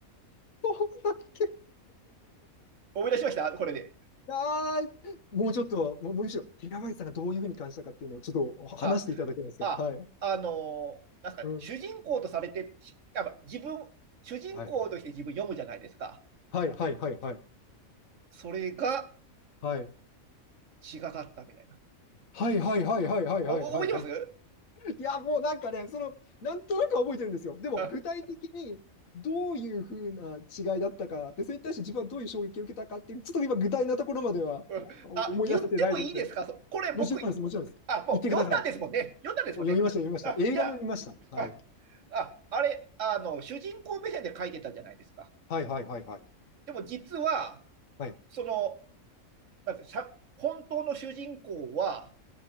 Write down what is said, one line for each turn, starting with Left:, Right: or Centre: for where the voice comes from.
Left: そうだっけ
Right: 思い出しましたこれで。
Left: あー、もうちょっと、もうむしろ、平林さんがどういうふうに感じたかっていうのをちょっとお話していただけますか。
Right: あ、あ、
Left: はい。
Right: あのーなんすかね、
Left: うん。
Right: 主人公とされて、しあま自分、主人公として自分読むじゃないですか。
Left: はいはい。はいはいはいはい。
Right: それが
Left: はい。
Right: 違かったみたいな。
Left: はいはいはいはいはいはいはいはい。
Right: おお覚えてます
Left: いや、もうなんかね、その、なんとなくは覚えてるんですよ。でも、
Right: あ、
Left: 具体的にどういうふうな違いだったか、で、それに対して自分はどういう衝撃を受けたかっていう、ちょっと今、具体なところまではおお思い出せてないですね。
Right: うんあ言ってもいいですかそこれ僕、
Left: もちろんです、もちろんです。
Right: あ、もう読んだんですもんね。
Left: 言ってください。もう
Right: 読んだんですもんね。
Left: 読みました、読みました。
Right: あ、
Left: 映画も見ました。
Right: じゃあ、
Left: はい。
Right: あ、ああれ、あの、主人公目線で書いてたじゃないですか。
Left: はいはいはいはい。
Right: でも実は、
Left: はい。
Right: その、なんてしゃ本当の主人公は、